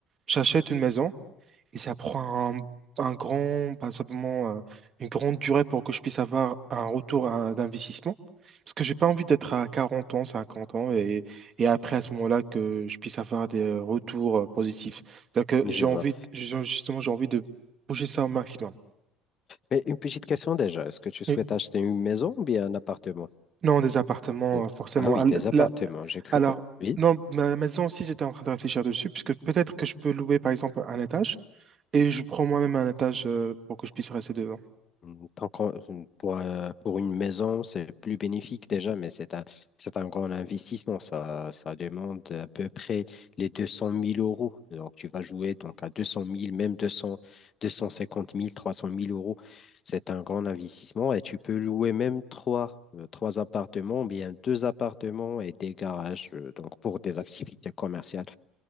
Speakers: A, on the right; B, on the left.
A: j'achète une maison. Et ça prend un, un grand, pas simplement euh, une grande durée pour que je puisse avoir un retour à- d'investissement. Parce que j'ai pas envie d'être à 40 ans, 50 ans, et, et après à ce moment-là que je puisse avoir des retours euh, positifs. cest que j'ai
B: je vois.
A: envie, j'ai- justement, j'ai envie de bouger ça au maximum.
B: Mais une petite question déjà. Est-ce que tu souhaites
A: Et
B: acheter une maison ou bien un appartement?
A: non, des appartements,
B: Oh.
A: euh, forcément.
B: Ah oui,
A: Ah,
B: des appartements.
A: la-
B: J'ai cru
A: alors,
B: que. Oui.
A: non, ma maison aussi, j'étais en train de réfléchir dessus, puisque peut-être que je peux louer, par exemple, un étage, et je prends moi-même un étage euh, pour que je puisse rester dedans.
B: Mm, tant qu'on- pour, euh, pour une maison, c'est plus bénéfique déjà, mais c'est un, c'est un grand investissement. Ça, ça demande à peu près les deux cent mille euros. Donc, tu vas jouer donc à deux cent mille même deux cents, deux cent cinquante mille trois cent mille euros. C'est un grand investissement et tu peux louer même trois, euh, trois appartements, bien deux appartements et des garages, euh, donc pour des activités commerciales.